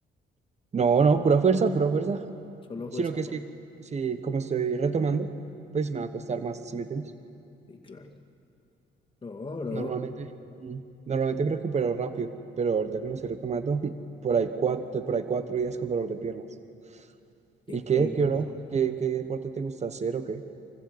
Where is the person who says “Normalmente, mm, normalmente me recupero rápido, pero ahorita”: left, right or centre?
Right